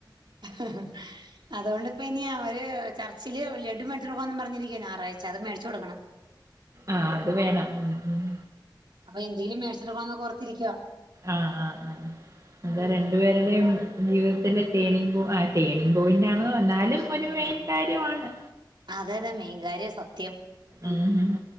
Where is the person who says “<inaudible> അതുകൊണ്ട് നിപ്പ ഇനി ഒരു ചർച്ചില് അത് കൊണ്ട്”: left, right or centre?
Right